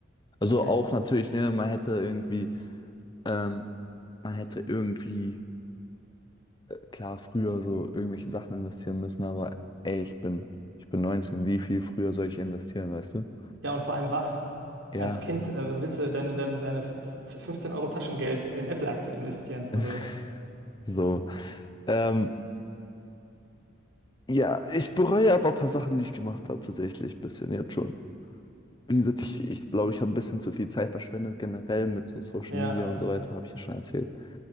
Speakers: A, on the left (about 25°); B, on the right (about 80°).
A: Also
B: Okay.
A: auch natürlich, ne, man hätte irgendwie, ähm, man hätte irgendwie, äh, klar, früher so irgendwelche Sachen investieren müssen, aber ey, ich bin, ich bin 19, wie viel früher soll ich investieren, weißt du?
B: Ja, und vor allem was?
A: Ja.
B: Als Kind äh, willst du deine, deine, deine 15 Euro Taschengeld in Apple-Aktien investieren. Also
A: <laughs>
B: das,
A: So. Ähm, ja, ich bereue aber ein paar Sachen, die ich gemacht habe, tatsächlich ein bisschen jetzt schon. Wie gesagt, ich glaube, ich, glaub, ich habe ein bisschen zu viel Zeit verschwendet, generell mit so Social
B: ja.
A: Media und so weiter, habe ich ja schon erzählt.